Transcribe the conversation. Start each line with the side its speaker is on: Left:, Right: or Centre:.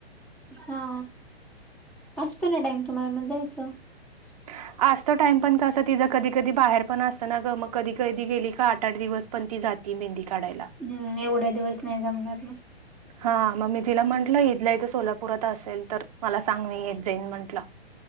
Centre: हं, असतो ना टाईम तुम्हाला म जायचं.
Right: <inaudible> असतो टाइम पण कसा तिचां कधी कधी बाहेर पण असतं ना ग. मग कधी कधी गेली का आठ आठ दिवस पण ती जाती मेहंदी काढायला.
Centre: हं, एवढ्या दिवस नाही जमणार ना.
Right: हा, मग मी तिला म्हटलं, इथल्या इथं सोलापुरात असेल तर मला सांग. मी येत जाईन म्हटलं. <inaudible>